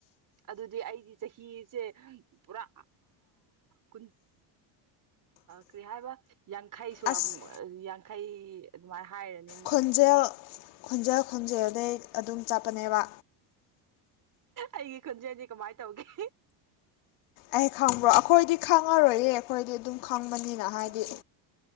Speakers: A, on the right (about 40°); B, on the left (about 80°).
A: ꯑꯗꯨꯗꯤ ꯑꯩꯗꯤ ꯆꯍꯤꯁꯦ ꯄꯨꯔꯥ ꯀꯨꯟ ꯀꯔꯤ ꯍꯥꯏꯕ ꯌꯥꯡꯈꯩꯁꯨ
B: ꯑꯁ
A: ꯑꯃꯨꯛ ꯌꯥꯡꯈꯩ ꯑꯗꯨꯃꯥꯏꯅ ꯍꯥꯏꯔꯅꯤ ꯃꯣꯏ
B: ꯈꯣꯟꯖꯦꯜ ꯈꯣꯟꯖꯦꯜ ꯈꯣꯟꯖꯦꯜꯗꯩ ꯑꯗꯨꯝ ꯆꯠꯄꯅꯦꯕ
A: ꯑꯩꯒꯤ ꯈꯨꯣꯟꯖꯦꯜꯗꯤ ꯀꯃꯥꯏꯅ ꯇꯧꯒꯦ
B: ꯑꯩ ꯈꯪꯕ꯭ꯔꯣ ꯑꯩꯈꯣꯏꯗꯤ ꯈꯪꯉꯔꯣꯏꯌꯦ ꯑꯩꯈꯣꯏꯗꯤ ꯑꯗꯨꯝ ꯈꯪꯕꯅꯤꯅ ꯍꯥꯏꯗꯤ
A: ꯎꯝ